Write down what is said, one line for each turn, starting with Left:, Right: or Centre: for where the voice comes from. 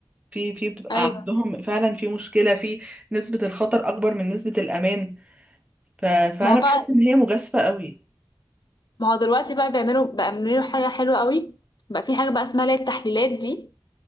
Right: في في بتبقى
Left: ايوه
Right: عندهم فعلا في مشكلة في نسبة الخطر أكبر من نسبة الأمان ف... فأنا
Left: ما هو بقى
Right: بحس إن هي مجازفة قوي
Left: ما هو دلوقتي بقى بيعملوا بقى بيعملوا حاجة حلوة قوي بقى في حاجة بقى اسمها اللي هي التحليلات دي